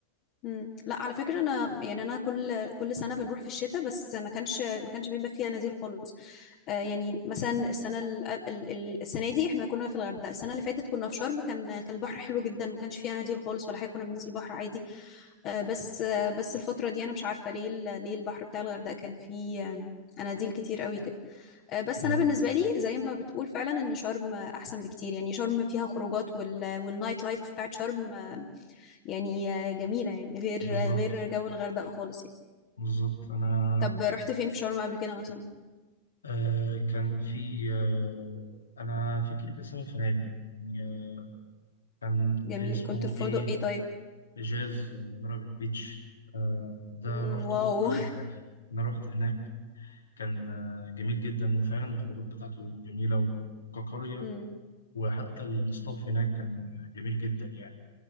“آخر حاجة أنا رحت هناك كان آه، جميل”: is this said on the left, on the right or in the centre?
Left